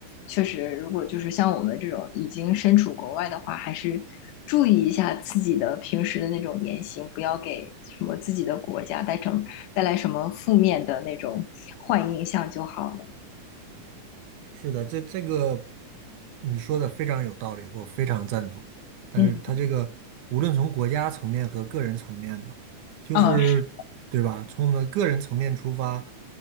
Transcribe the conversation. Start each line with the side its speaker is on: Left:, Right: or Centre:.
Left: 确实，如果就是像我们这种已经身处国外的话，还是注意一下自己的平时的那种言行，不要给什么自己的国家带成带来什么负面的那种坏印象就好了。
Right: 是的，这这个你说的非常有道理，我非常赞同。但是它这个无论从国家层面和个人层面嘛，
Left: 嗯，
Right: 就是对吧？
Left: 嗯，是
Right: 从我们个人层面出发，